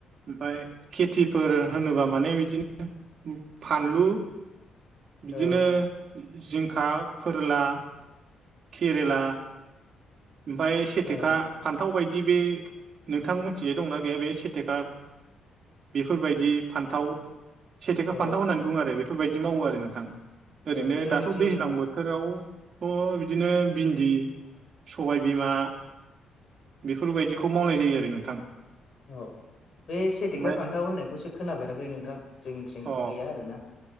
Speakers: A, on the right; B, on the left.
A: ओमफाय खेथिफोर होनोबा माने बिदिनो फानलु बिदिनो
B: औ
A: जिंखा, फोरला केरेला ओमफाय सेथेखा
B: औ
A: फान्थाव बायदि बे नोंथां मोनथिजाय दंना गैया बे सेटेका बेफोरबायदि फान्थाव सेथेखा
B: औ
A: फान्थाव होननानै बुङो आरो बेफोरबायदि मावो आरो नोंथां।
B: औ
A: ओरैनो
B: जोंनिथिं
A: दाथ' दैज्लां बोथोरावथ' बिदिनो भिन्दि सबाइ बिमा बेफोरबायदिखौ मावनाय जायो आरो नोंथां।
B: अ बे सेथिखा
A: ओमफ्राय
B: फान्थाव होननायखौसो खोनाफेराखै नोंथां जोंनिथिं
A: अ
B: गैया आरोना।